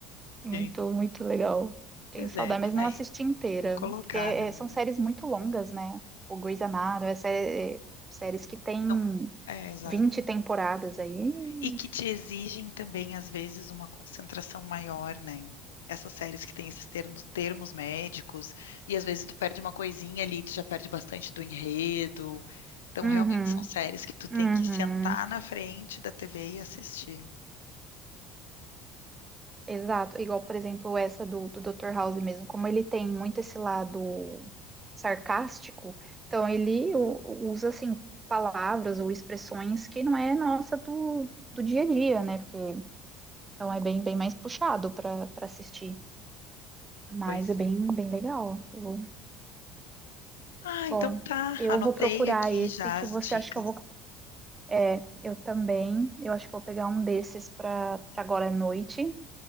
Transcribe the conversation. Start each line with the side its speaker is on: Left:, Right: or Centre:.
Right: Muito,
Left: Sim.
Right: muito legal. Tenho
Left: Pois
Right: saudade,
Left: é, tá
Right: mas não assisti inteira.
Left: Vou colocar
Right: Porque é,
Left: na minha.
Right: são séries muito longas, né? O Grey's Anatomy, é sé- é, séries que tem
Left: Então, é, exato.
Right: 20 temporadas aí.
Left: E que te exigem também, às vezes, uma concentração maior, né? Essas séries que têm esses termos, termos médicos, e às vezes tu perde uma coisinha ali, tu já perde bastante do enredo. Então,
Right: Uhum,
Left: realmente são séries que tu tem
Right: uhum.
Left: que sentar na frente da TV e assistir.
Right: Exato, igual, por exemplo, essa do, do Dr. House mesmo, como ele tem muito esse lado sarcástico, então ele u- usa, assim, palavras ou expressões que não é nossa do, do dia a dia, né? Porque, então é bem, bem mais puxado para para assistir, mas
Left: Pois
Right: é bem,
Left: é.
Right: bem legal. Eu vou-
Left: Ah,
Right: bom,
Left: então tá.
Right: eu
Left: Anotei
Right: vou procurar
Left: aqui
Right: esse
Left: já
Right: que
Left: as
Right: você
Left: dicas.
Right: acha que eu vou... É, eu também, eu acho que vou pegar um desses para agora à noite,